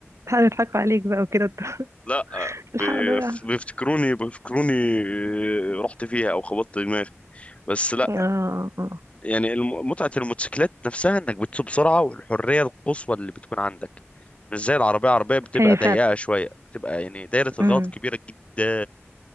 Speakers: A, on the right; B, on the left.
A: تعالى نضحكوا عليك بقى وكده <laughs>
B: لا. لا
A: الحق
B: بيف-
A: ده وقع.
B: بيفتكروني بيفتكروني آه، رحت فيها او خبطت دماغي بس لا
A: اه آه.
B: يعني الم- متعة الموتوسيكلات نفسها انك بتسوق بسرعة والحرية القصوى اللي بتكون عندك مش زي العربية العربية بتبقى
A: هي
B: ضيقة شوية بتبقى يعني دايرة الغلط
A: فعلا
B: كبيرة جدا